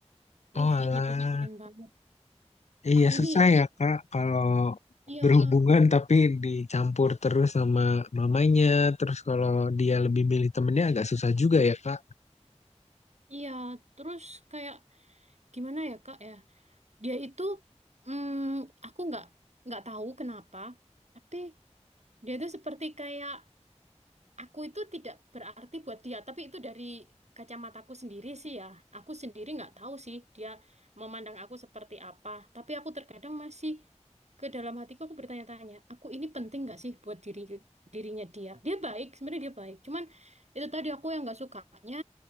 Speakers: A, on the right; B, on the left.
A: Ih
B: Oh alah.
A: nyebelin banget.
B: Iya
A: Aku
B: susah
A: ini
B: ya Kak kalau
A: iya
B: berhubungan tapi dicampur terus sama mamanya. Terus kalau dia lebih milih temennya agak susah juga ya Kak.
A: iya terus kayak gimana ya Kak ya? Dia itu, mm, aku nggak nggak tahu kenapa, tapi dia itu seperti kayak aku itu tidak berarti buat dia, tapi itu dari kacamataku sendiri sih ya. Aku sendiri nggak tahu sih dia memandang aku seperti apa, tapi aku terkadang masih ke dalam hatiku aku bertanya-tanya, aku ini penting nggak sih buat diri dirinya dia? Dia baik, sebenarnya dia baik, cuman itu tadi aku yang nggak sukanya